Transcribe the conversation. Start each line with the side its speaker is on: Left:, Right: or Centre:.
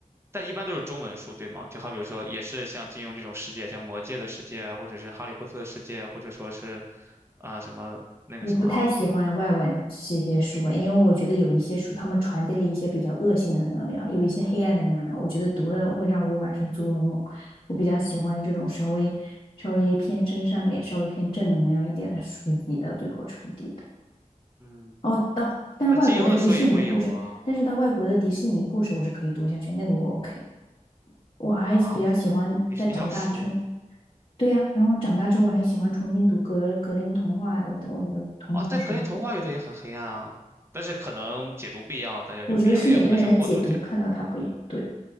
Right: 但一般都是中文书，对吗？就好比说，也是像金庸这种世界，像魔界的世界，或者是哈利波特的世界，或者说是，啊、什么那个什么，
Left: 我不太喜欢外文这些书诶，因为我觉得有一些书他们传递了一些比较恶性的能量，有一些黑暗的能量，我觉得读了会让我晚上做噩梦。我比较喜欢这种稍微稍微偏真善美、稍微偏正能量一点的书籍的最后传递的。
Right: 嗯，
Left: 哦，到，但是外国的迪士尼故事，
Right: 那金庸的书也会有啊
Left: 但是到外国的迪士尼故事我是可以读下去，那个我 OK。我还比较喜欢在长大之后，
Right: 啊，你你还有书
Left: 对呀、然后长大之后我还喜欢重新读格格林童话等等，我觉得童话书也很，
Right: 啊，但格林童话有的也很黑暗啊，但是可能解读不一样，大家就不一样，
Left: 我觉得是每个人的解读看到它不一样。
Right: 也有可能是过度解读。
Left: 对，